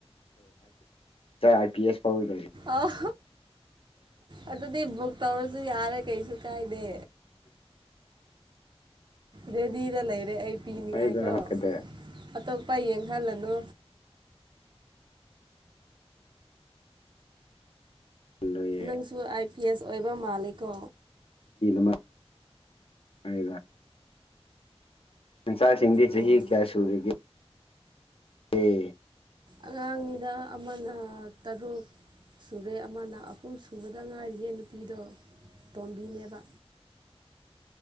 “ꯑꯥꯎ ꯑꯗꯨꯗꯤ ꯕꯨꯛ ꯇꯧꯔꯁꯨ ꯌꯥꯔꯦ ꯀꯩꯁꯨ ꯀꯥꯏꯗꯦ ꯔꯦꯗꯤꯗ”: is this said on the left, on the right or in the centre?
Right